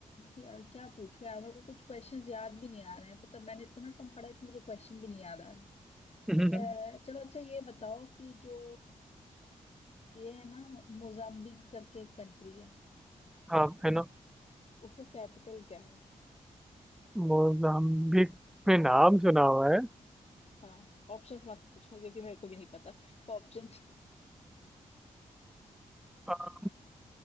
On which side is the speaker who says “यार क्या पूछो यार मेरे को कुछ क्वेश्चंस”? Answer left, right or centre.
Left